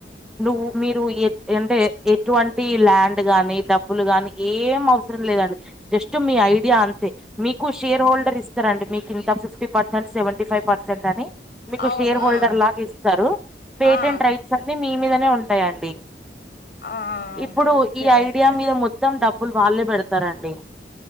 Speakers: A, in the centre; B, on the left.
A: నువ్వు మీరు ఎ అంటే ఎటువంటి ల్యాండ్ గాని డబ్బులు గానీ ఏం అవు సరం లేదండి జస్ట్ మీ ఐడియా అంతే, మీకు షేర్ హోల్డర్ ఇస్తరండి మీకు ఇంత fifty percent, seventy five percent అని, మీకు
B: అవును
A: షేర్ హోల్డర్
B: ఆ
A: లాగ ఇస్తరు, పేటెంట్
B: ఆ
A: ట్రై సన్నీ మీ మీదనే ఉంటయండి,
B: ఆ
A: ఇప్పుడు
B: ఓకే
A: ఈ ఐడియా
B: ఓకే
A: మీద మొత్ తం డబ్బులు వాళ్ళే పెడతరండి.